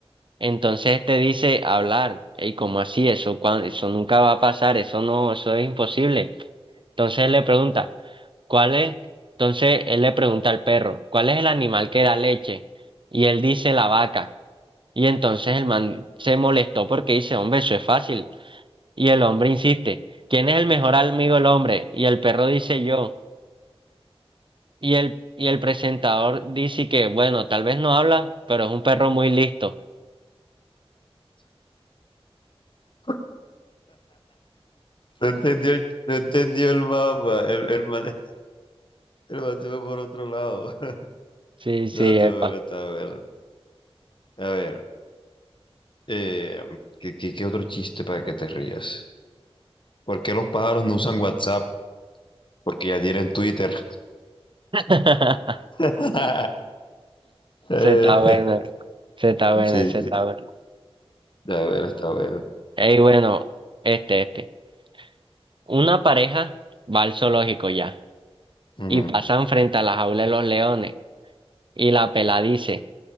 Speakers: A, on the right; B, on the left.
A: Entonces te dice, hablar. ¿Y cómo así? Eso, cuan- eso nunca va a pasar, eso no, eso es imposible. Entonces él le pregunta, ¿cuál es? Entonces él le pregunta al perro, ¿cuál es el animal que da leche? Y él dice, la vaca. Y entonces el man se molestó porque dice, hombre, eso es fácil. Y el hombre insiste, ¿quién es el mejor amigo del hombre? Y el perro dice, yo. Y el, y el presentador dice que, bueno, tal vez no habla, pero es un perro muy listo.
B: <laughs> No entendió, el- no entendió el mapa. El, el, mate- el mate va por otro lado. <laughs>
A: Sí, sí,
B: No, tú
A: epa.
B: bueno, está bueno. A ver, eh, ¿qué, qué, qué otro chiste para que te rías? ¿Por qué los pájaros no usan WhatsApp? Porque ya tienen Twitter.
A: <laughs>
B: <laughs> Eh,
A: Se está bueno, se está
B: sí,
A: bueno,
B: sí,
A: se
B: sí.
A: está bueno.
B: Está bueno, está bueno.
A: Ey, bueno, este, este. Una pareja va al zoológico ya
B: Ujú.
A: y pasan frente a la jaula de los leones. Y la pela dice,